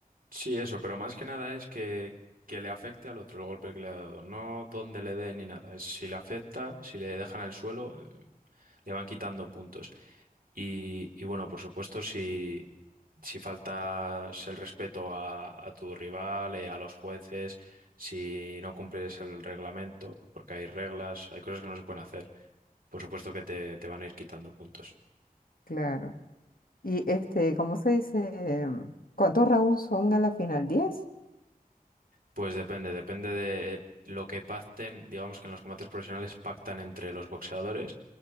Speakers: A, on the right; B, on the left.
A: Sí, eso, pero más que nada es que, que le afecte al otro el golpe que le ha dado, no dónde le dé ni nada. Es si le afecta, si le dejan el suelo, eh, le van quitando puntos. Y, y bueno, por supuesto, si, si faltas el respeto a, a tu rival, eh, a los jueces, si no cumples el reglamento, porque hay reglas, hay cosas que no se pueden hacer, por supuesto que te, te van a ir quitando puntos.
B: Claro. Y este, ¿cómo se dice? Em, ¿Cuántos rounds son a la final? diez
A: Pues depende, depende de eh, lo que pacten. Digamos que en los combates profesionales pactan entre los boxeadores,